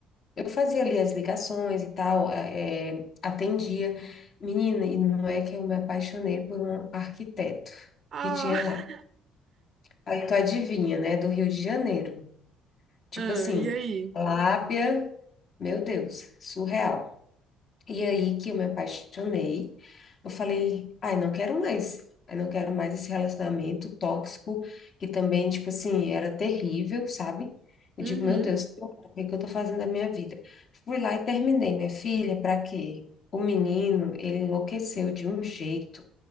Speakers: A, on the left; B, on the right.
A: eu fazia ali as ligações e tal, é, atendia. Menina, e não é que eu me apaixonei por um arquiteto
B: Ah,
A: que tinha lá.
B: <laughs>
A: Aí tu adivinha, né? Do Rio de Janeiro. Tipo
B: ah,
A: assim,
B: e aí?
A: lábia, meu Deus, surreal. E aí que eu me apaixonei, eu falei, ai, não quero mais, ai, não quero mais esse relacionamento tóxico, que também, tipo assim, era terrível, sabe? Eu
B: Uhum.
A: digo, meu Deus, que horror, o que que eu tô fazendo da minha vida? Fui lá e terminei, minha filha, pra quê? O menino, ele enlouqueceu de um jeito.